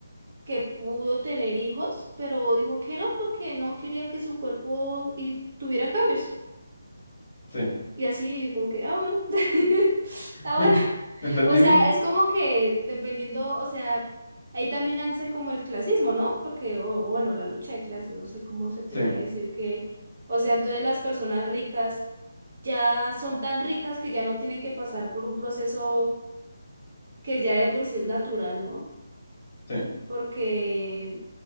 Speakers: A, on the right; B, on the left.
A: que pudo tener hijos, pero dijo que no porque no quería que su cuerpo y tuviera cambios.
B: sí.
A: Y así como que, ah, bueno, <laughs>
B: <laughs>
A: ah, bueno.
B: ¿Entendible?
A: O sea, es como que dependiendo, o sea, ahí también hace como el clasismo, ¿no? Porque, o, o bueno, la lucha de clases, no sé cómo se podría
B: Sí,
A: decir que, o sea, entonces las personas ricas ya son tan ricas que ya no tienen que pasar por un proceso que ya de por sí es natural, ¿no?
B: sí.
A: porque